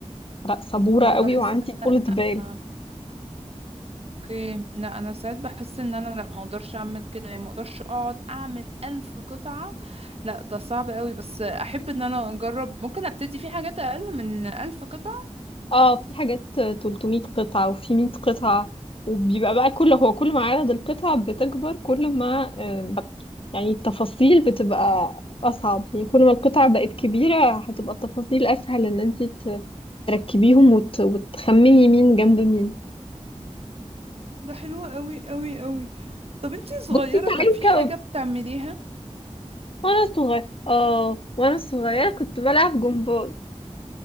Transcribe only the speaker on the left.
لا صبوره
قوي
وعندي طولة بال
اه في حاجات 300 قطعة وفي 100 قطعة وبيبقى بقى كل هو كل ما عدد القطع بتكبر كل ما آم، يعني التفاصيل بتبقى أصعب يعني كل ما القطع بقت كبيرة هتبقى التفاصيل أسهل إن أنت تركبيهم وت... وتخمني مين جنب مين
بصي تعالي
كو...
وأنا صغيرة آه وأنا صغيرة كنت بلعب جمباز